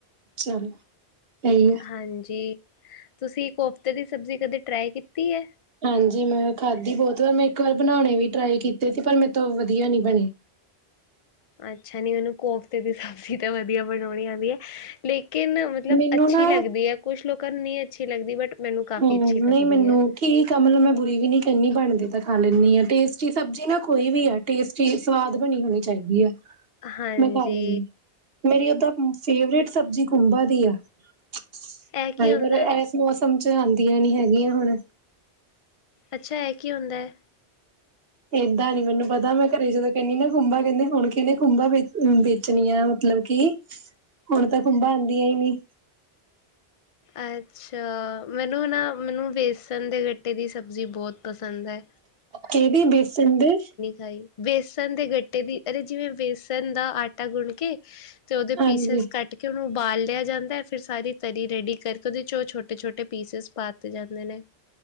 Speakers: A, on the right (about 65°); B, on the left (about 40°).
A: ਚਲੋ, ਸਹੀ ਆ।
B: ਹਾਂਜੀ, ਤੁਸੀ ਕੋਫਤੇ ਦੀ ਸਬਜ਼ੀ ਕਦੇ ਟਰਾਈ ਕੀਤੀ ਐ?
A: ਹਾਂਜੀ, ਮੈਂ ਖਾਧੀ ਬਹੁਤ ਵਾਰ, ਮੈਂ ਇੱਕ ਵਾਰ ਬਣਾਣੇ ਵੀ ਟਰਾਈ ਕੀਤੇ ਸੀ। ਪਰ ਮੇਰੇ ਤੋਂ ਵਧੀਆ ਨੀ ਬਣੀ।
B: ਅੱਛਾ ਨੀ, ਮੈਨੂੰ ਕੋਫਤੇ ਦੀ ਸਬਜ਼ੀ ਤਾਂ ਵਧੀਆ ਬਣਾਉਣੀ ਆਉਂਦੀ ਆ। ਲੇਕਿਨ ਮਤਲਬ,
A: ਮੈਨੂੰ
B: ਅੱਛੀ
A: ਨਾ
B: ਲੱਗਦੀ ਆ ਕੁਛ ਲੋਕਾਂ ਨੂੰ ਨਹੀ ਅੱਛੀ ਲੱਗਦੀ ਬਟ ਮੈਨੂੰ ਕਾਫ਼ੀ
A: ਹਮਮ,
B: ਅੱਛੀ ਲੱਗਦੀ
A: ਨਹੀ ਮੈਨੂੰ
B: ਹੈ।
A: ਠੀਕ ਆ ਮਤਲਬ, ਮੈਂ ਬੁਰੀ ਵੀ ਨਹੀ ਕਹਿੰਦੀ ਬਣਦੀ ਤਾਂ ਖਾਂ ਲੈਂਦੀ ਆ, ਟੇਸਟੀ ਸਬਜ਼ੀ ਨਾ ਕੋਈ ਵੀ ਆ। ਟੇਸਟੀ, ਸਵਾਦ ਬਣੀ ਹੋਣੀ ਚਾਹੀਦੀ ਆ।
B: ਹਾਂਜੀ
A: ਮੈਂ ਖਾਂ ਲਉਗੀਂ, ਮੇਰੀ ਓਦਾਂ ਫੇਵਰੇਟ ਸਬਜ਼ੀ ਖੁੰਭਾਂ ਦੀ ਆ। <inaudible>
B: ਇਹ ਕੀ
A: ਵਾਹਿਗੁਰੂ,
B: ਹੁੰਦਾ?
A: ਇਸ ਮੌਸਮ 'ਚ ਆਂਦੀਆਂ ਨੀ ਹੈਗੀਆਂ ਹੁਣ।
B: ਅੱਛਾ, ਇਹ ਕੀ ਹੁੰਦਾ ਐ?
A: ਏਦਾਂ ਨੀ ਮੈਨੂੰ ਪਤਾ, ਮੈਂ ਘਰੇ ਜਦੋਂ ਕਹਿੰਨੀ ਨਾ ਖੁੰਬਾ ਕਹਿੰਦੇ, ਹੁਣ ਕਿਹਨੇ ਖੁੰਬਾ ਵੇਚਣੀਆਂ। ਮਤਲਬ ਕਿ, ਹੁਣ ਤਾਂ ਖੁੰਬਾਂ ਆਂਦੀਆਂ ਨੀ।
B: ਅੱਛਾ, ਮੈਨੂੰ ਨਾ ਮੈਨੂੰ ਬੇਸਣ ਦੇ ਗੱਟੇ ਦੀ ਸਬਜ਼ੀ ਬਹੁਤ ਪਸੰਦ ਐ।
A: ਕਿਹਦੀ ਬੇਸਣ ਦੀ।
B: ਹੈਈ, ਬੇਸਣ ਦੇ ਗੱਟੇ ਦੀ ਅਰੇ ਜਿਵੇਂ ਬੇਸਣ ਦਾ ਆਟਾ ਗੁੰਨ੍ਹ ਕੇ। ਤੇ ਉਹਦੇ
A: ਹਾਂਜੀ।
B: ਪੀਸਿਸ ਕੱਟ ਕੇ ਕਿ ਉਹਨੂੰ ਉਬਾਲ ਲਿਆ ਜਾਂਦਾ ਫਿਰ ਸਾਰੀ ਤਰੀ ਰੈਡੀ ਕਰਕੇ ਉਹਦੇ 'ਚ ਉਹ ਛੋਟੇ- ਛੋਟੇ ਪੀਸਿਸ ਪਾ ਦਿੱਤੇ ਜਾਂਦੇ ਨੇ।